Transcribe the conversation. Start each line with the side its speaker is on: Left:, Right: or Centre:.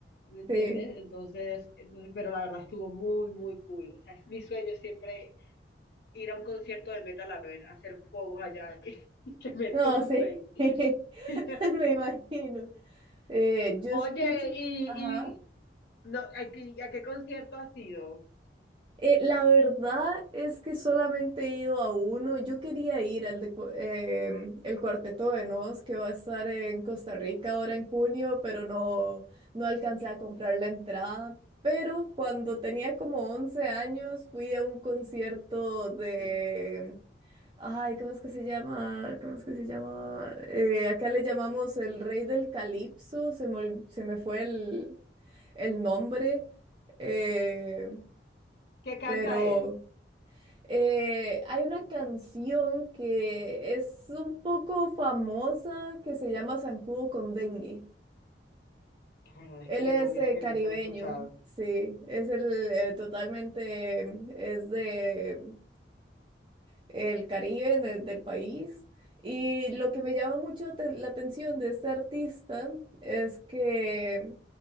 Left: ¿me entiendes?
Right: sí.
Left: Entonces, entonces, pero la verdad estuvo muy, muy cool. O sea, es mi sueño siempre ir a un concierto de metal a ver, a hacer pogos allá <laughs> y que me
Right: No,
Left: tumben.
Right: sí. <laughs>
Left: <laughs>
Right: Me imagino. Eh, yo
Left: Oye,
Right: escucho.
Left: y,
Right: Ajá.
Left: y no, ¿a qué, a qué concierto has ido?
Right: Eh, la verdad es que solamente he ido a uno. Yo quería ir al de, cu- em, el Cuarteto de Nos, que va a estar en Costa Rica ahora en junio, pero no, no alcancé a comprar la entrada. Pero cuando tenía como 11 años fui a un concierto de... Ay, ¿cómo es que se llama? ¿Cómo es que se llama? Eh, acá le llamamos el Rey del Calipso. Se me, ol- se me fue el, el nombre. Eh,
Left: ¿Qué canta
Right: pero
Left: él?
Right: eh, hay una canción que es un poco famosa que se llama Zancudo con Dengue.
Left: La verdad es
Right: Él
Left: que
Right: es
Left: no, mira
Right: eh,
Left: que
Right: caribeño,
Left: nunca he escuchado.
Right: sí, es el eh, totalmente, eh, es de el Caribe de- del país. Y lo que me llama mucho aten- la atención de este artista es que